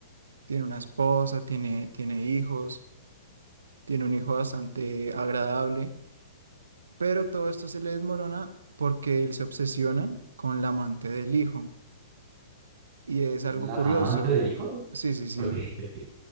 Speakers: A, on the right; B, on the right.
A: Tiene una esposa, tiene, tiene hijos, tiene un hijo bastante agradable, pero todo esto se le desmorona porque él se obsesiona con la amante del hijo. Y es algo
B: ¿La
A: curioso.
B: amante del hijo?
A: Sí, sí, sí.
B: Ok, ok.